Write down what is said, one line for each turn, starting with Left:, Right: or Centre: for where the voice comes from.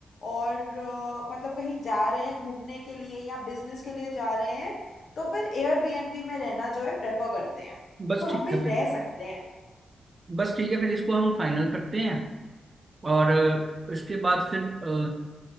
Left: और अ, मतलब कहीं जा रहे हैं घूमने के लिए या बिजनेस के लिए जा रहे हैं तो फिर एयरबीएनबी में रहना जो है प्रेफर करते हैं
Right: बस
Left: तो हम
Right: ठीक
Left: भी
Right: है फिर
Left: रह सकते हैं
Right: बस ठीक है फिर इसको हम फाइनल करते हैं और अ, इसके बाद फिर अ,